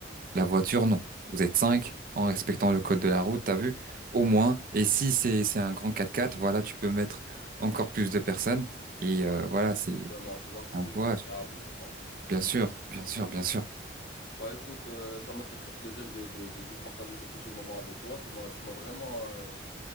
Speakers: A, on the right (about 50°); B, on the left (about 60°).
A: La voiture, non. Vous êtes cinq en respectant le code de la route, t'as vu? Au moins. Et si c'est, c'est un grand 4x4, voilà, tu peux mettre encore plus de personnes. Et
B: Ouais.
A: euh, voilà, c'est
B: Exactement, tu vois, c'est
A: un
B: plus
A: courage.
B: agréable, je pense.
A: Bien sûr, bien
B: C'est
A: sûr,
B: plus
A: bien sûr.
B: simple. Bah écoute, euh, ça m'a fait très plaisir de, de, de, de partager ce petit moment avec toi. Tu m'as, tu m'as vraiment euh,